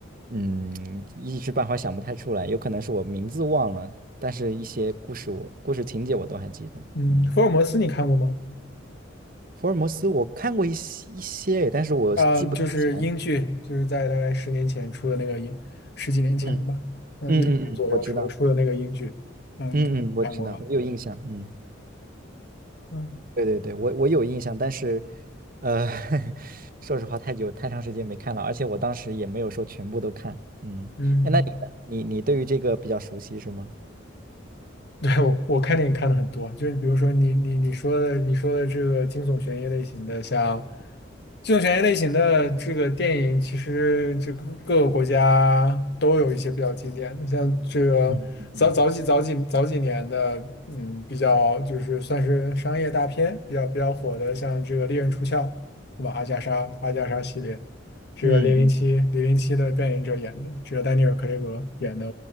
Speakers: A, on the right; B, on the left.
A: 嗯，一时半会儿想不太出来，有可能是我名字忘了，但是一些故事我故事情节我都还记得。
B: 嗯，
A: 嗯，
B: 福尔摩斯你看过吗？
A: 福尔摩斯我看过一些一些，但是我记不太起来
B: 啊，就是英剧，就是在大概十年前出的那个英，十几年前的吧？
A: 嗯
B: 嗯，
A: 嗯嗯嗯，
B: 一零年左右时候出的那个英剧，
A: 我知道，
B: 嗯，
A: 嗯嗯，我知道，
B: 看过吧？
A: 我有印象。嗯，
B: 嗯
A: 对对对，我我有印象，但是，呃，<laughs> 说实话，太久太长时间没看了，而且我当时也没有说全部都看。嗯，
B: 嗯。
A: 哎那你呢？你你对于这个比较熟悉是吗？
B: 对，我我看电影看的很多，就是比如说你你你说的你说的这个惊悚悬疑类型的，像惊悚悬疑类型的这个电影，其实这个各个国家都有一些比较经典的，像这个早早几早几早几年的，
A: 嗯嗯嗯
B: 嗯，比较就是算是商业大片，比较比较火的，像这个《猎人出鞘》，对吧？阿加莎阿加莎系列。这个《零零七》《零零七》的扮演者演的，
A: 嗯，嗯
B: 这个丹尼尔·克雷格演的